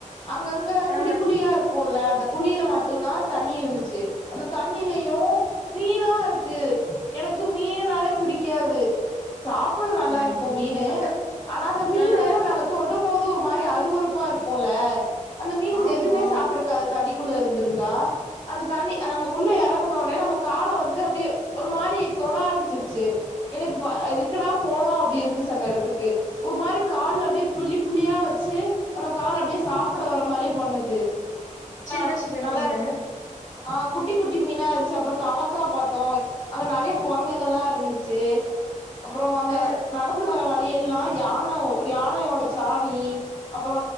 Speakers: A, on the left; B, on the left.
A: அங்கங்க
B: ஆ
A: குழி குழியா இருக் குல்ல அந்த குழில மட்டுந்தா தண்ணி இருந்திச்சி அந்த தண்ணிலயு மீனா இருக்கு எனக்கு மீன் னாலே பிடிக்காது சாப்ட நல்லா
B: ஐய்யய்யோ
A: இருக்கு மீனு ஆனா அந்த மீன
B: ஆ
A: நம்ம தொடும்போது ஒரு மாரி அருவறுப்பா இருக்குல்ல அந்த மீன்ஸ்
B: ஆமா
A: எதுமே சாப்ட்ருக்காது தண்ணிக் குள்ள இருந்திருந்தா அந்த தண்ணி நம்ம உள்ள எறங்குன ஒன்னே நம்ம கால வந்து அப்டியே ஒரு மாரி தொட ஆரம்பிச்சிருச்சி எனக்கு ப எதுக்குடா போனோ அப்டி இருந்துச்சி அந்த எடத்துக்கு ஒரு மாரி கால்ல அப்டியே புள்ளி புள்ளியா வச்சி நம்ம கால அப்டியே சாப்ட வர்ற மாரியே பண்ணுது
B: சின்ன
A: ஆ
B: சின்ன
A: நல்ல
B: மீனு
A: ஆ குட்டி குட்டி மீனா இருந்துச்சி அப்பறோ தவக்கா பாத்தோ அங்க நெறைய கொரங்குகள்லா இருந்துச்சி அப்பறோ அந்த
B: ஆ
A: நடந்து வர்ற வழி யெல்லா யானை யானையோட சாணி அப்பறோ